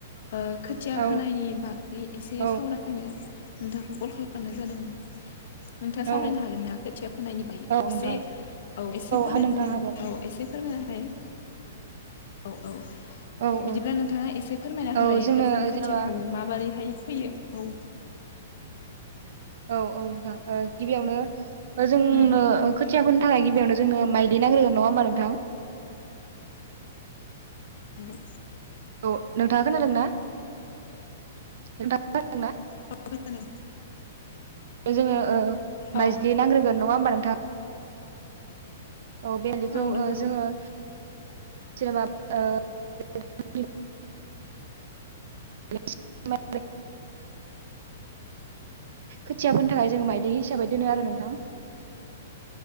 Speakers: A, on the left; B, on the right.
A: ओ खोथिया
B: औ
A: फोनायनि बागै एसे
B: औ
A: सावरायनो नोंथांखौ क'ल खालामनाय जादोंमोन। नोंथाङा सावरायनो
B: औ
A: हागोन ना खोथिया फोनायनिबै
B: औ
A: एसे
B: नोंथां
A: औ एसे फोरना
B: हा नोंथां
A: होलायनो
B: हागोन
A: औ एसे फोरमायना हाय औ औ
B: औ
A: बिदिब्ला
B: औ
A: नोंथाङा एसे फोरमायना होलाय
B: औ जोंनो
A: जों खोथियाखौ
B: जेनेबा
A: माबोरैहाय फैयो औ
B: औ औ नोंथां ओ गिबियावनो जोंनो
A: उम
B: खोथियाफोनो थाखाय गिबियावनो जोंनो माइलि नांग्रोगोन नङा ओमा नोंथां?
A: नोंगौ
B: औ नोंथाङा खोनादोंना नोंथाङा खोनादोंना ना?
A: औ खोनादों
B: जोङो ओ माइज्लि
A: औ
B: नांग्रोगोन नङा ओम्बा नोंथां? औ बेलिखौ
A: औ नंगौ
B: ओ जोङो जेनबा ओ <unintelligible> <unintelligible> <unintelligible> खोथियाफोरनि थाखाय जोङो माइलि हिसाबै दोनो आरो नोंथां